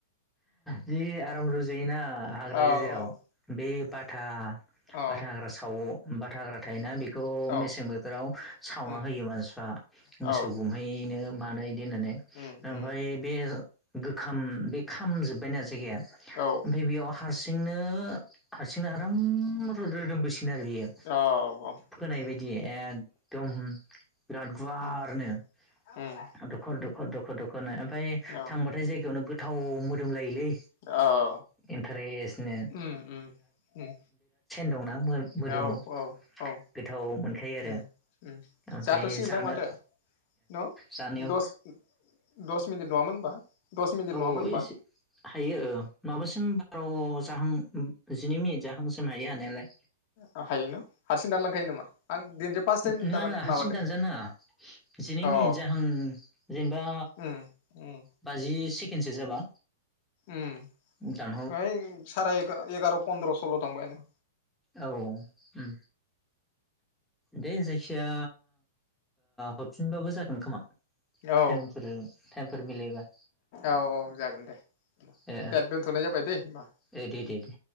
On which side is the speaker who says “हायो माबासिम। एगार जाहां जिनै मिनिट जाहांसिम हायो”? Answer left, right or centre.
Centre